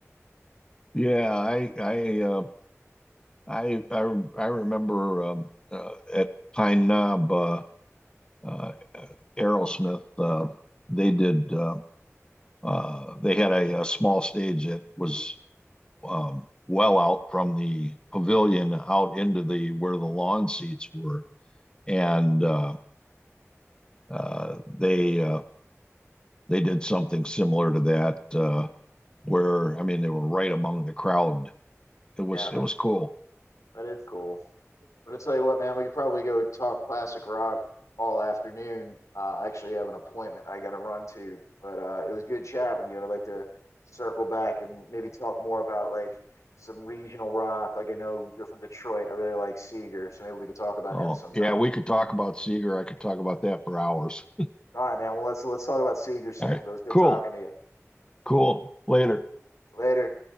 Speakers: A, on the left; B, on the left.
A: Yeah, I I uh, I I I remember um, uh, at Pine Knob uh, uh, Aerosmith, uh, they did uh, uh, they had a, a small stage that was um, well out from the pavilion out into the where the lawn seats were, and uh, uh, they uh, they did something similar to that uh, where I mean they were right among the crowd. It was
B: Yeah,
A: it was cool.
B: that is cool. But I tell you what, man, we could probably go talk classic rock all afternoon. Uh, I actually have an appointment I got to run to, but uh, it was good chat with you. And I'd like to circle back and maybe talk more about like some regional rock. Like I know you're from Detroit. I really like Seeger, so maybe we could talk about
A: Oh
B: him sometime.
A: yeah, we could talk about Seeger. I could talk about that for hours.
B: All right, man. Well, let's let's talk about Seeger soon.
A: All right,
B: But it was good
A: cool,
B: talking to you.
A: cool. Later.
B: Later.